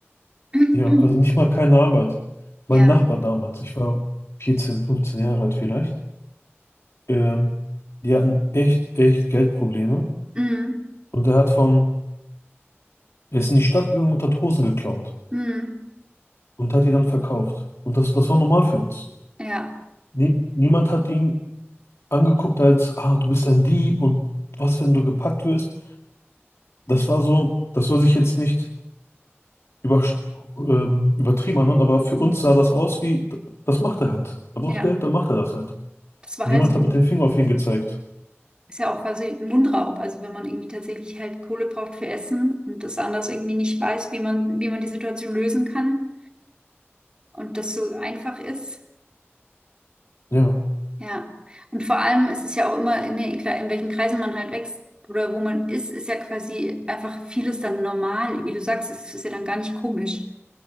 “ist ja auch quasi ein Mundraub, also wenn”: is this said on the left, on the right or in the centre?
Right